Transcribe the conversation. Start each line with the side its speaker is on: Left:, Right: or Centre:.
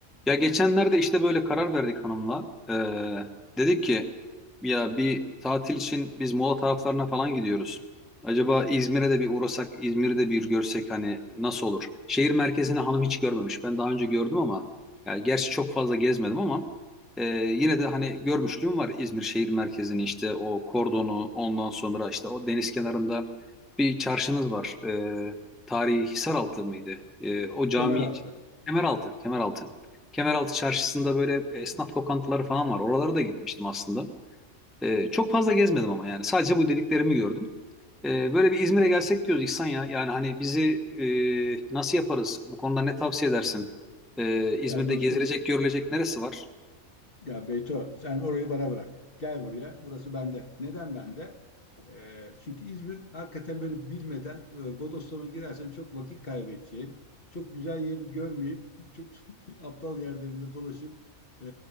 Centre: Ya geçenlerde işte böyle karar verdik hanımla. Ee, dedik ki ya bir tatil için biz Muğla taraflarına falan gidiyoruz. Acaba İzmir'e de bir uğrasak, İzmir'i de bir görsek hani nasıl olur? Şehir merkezini hanım hiç görmemiş. Ben daha önce gördüm ama yani gerçi çok fazla gezmedim ama e, yine de hani görmüşlüğüm var İzmir şehir merkezini işte o kordonu ondan sonra işte o deniz kenarında bir çarşınız var. Ee, tarihi Hisaraltı mıydı? Ee, o cami
Left: Kemeraltı.
Centre: Kemeraltı, Kemeraltı. Kemeraltı Çarşısı'nda böyle e, esnaf lokantaları falan var. Oralara da gitmiştim aslında. Ee, çok fazla gezmedim ama yani sadece bu dediklerimi gördüm. Ee, böyle bir İzmir'e gelsek diyoruz İhsan ya. Yani hani bizi e, nasıl yaparız? Bu konuda ne tavsiye edersin? Ee, İzmir'de
Left: Ya dostum,
Centre: gezilecek, görülecek neresi var?
Left: ya Beyto sen orayı bana bırak. Gel buraya, burası bende. Neden bende? Ee, çünkü İzmir hakikaten böyle bilmeden e, bodoslama girersen çok vakit kaybedeceğin, çok güzel yerini görmeyip, çok <laughs> aptal yerlerinde dolaşıp e,